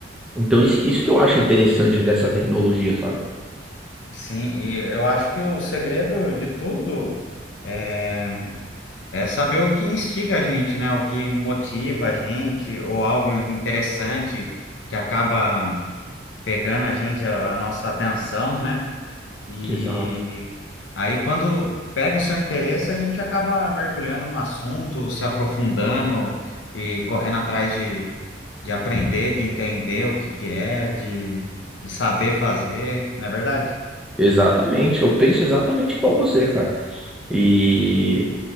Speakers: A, in the centre; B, on the left.
A: Então isso, isso que eu acho interessante dessa tecnologia, sabe?
B: Sim, e eu acho que o segredo de tudo é É saber o que instiga a gente, né? O que motiva a gente, ou algo interessante que acaba pegando a gente, a, a nossa atenção, né? E
A: Exato.
B: aí, quando pega o seu interesse, a gente acaba mergulhando no assunto, se aprofundando e correndo atrás de, de aprender, de entender o que que é, de, de saber fazer, não é verdade?
A: Exatamente, eu penso exatamente igual você, cara. E,